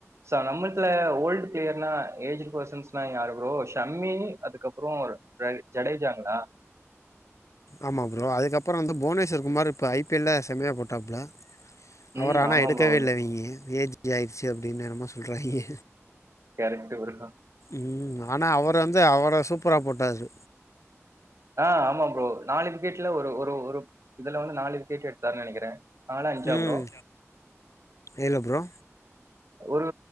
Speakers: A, on the right; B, on the left.
A: ஸோ நம்மத்துல ஓல்டு ப்ளேயர்னா ஏஜ்டு பர்சன்ஸ்னா யாரு ப்ரோ ஷம்மி அதுக்கப்றோ ப்ரை ஜடேஜாங்ளா
B: ஆமா ப்ரோ அதுக்கப்றோ வந்து புவனேஷர் குமாரு இப்ப ஐ பி எல் ல செம்மயா போட்டாப்ல
A: ம்
B: அவர ஆனா
A: ஆமா
B: எடுக்கவே
A: ப்ரோ
B: இல்ல இவிங்க ஏஜ் ஆய்ருச்சு அப்டின் என்னமா சொல்றாய்ங்க
A: கேரெட்டு ஒரு
B: ம் ஆனா அவ்ரு வந்து அவ்ளோ சூப்பரா போட்டாரு
A: ஆ ஆமா ப்ரோ நாலு விக்கெட்ல ஒரு ஒரு ஒரு இதுல வந்து நாலு விக்கெட் எடுத்தாருன் நெனைக்கிறே நாலா அஞ்சா
B: ம்
A: ப்ரோ
B: இல்லை ப்ரோ
A: ஒரு